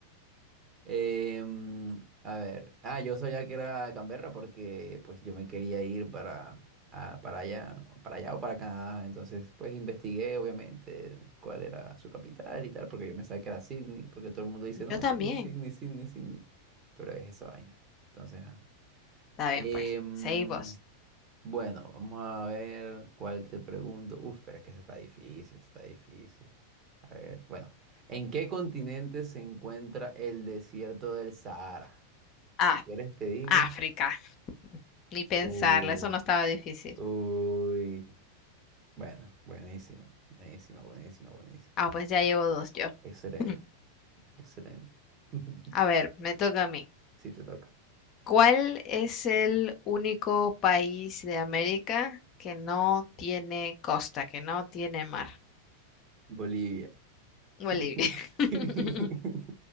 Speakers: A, on the right; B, on the left.
A: Em, a ver, ah, yo sabía que era Canberra porque pues yo me quería ir para, a- para allá, para allá o para Canadá, entonces pues investigué obviamente cuál era su capital y tal, porque yo pensaba que era Sydney, porque todo el mundo dice, no,
B: Yo también.
A: Sydney, Sydney, Sydney, Sydney, pero es esa vaina, entonces, ajá.
B: Está
A: Em,
B: bien, pues. Seguimos.
A: bueno, vamos a ver cuál te pregunto. Uf, pero es que esta está difícil, esta está difícil. A ver, bueno, ¿en qué continente se encuentra el desierto del Sahara?
B: Ah,
A: Si quieres te digo.
B: África. Ni pensarlo,
A: Uy,
B: eso no estaba difícil.
A: uy. Bueno, buenísima, buenísima, buenísima, buenísima.
B: Ah, pues ya llevo dos yo.
A: Excelente,
B: <laughs>
A: excelente. <laughs>
B: A ver, me toca a mí.
A: Sí, te toca.
B: ¿Cuál es el único país de América que no tiene costa, que no tiene mar?
A: Bolivia.
B: Bolivia.
A: <laughs>
B: <laughs>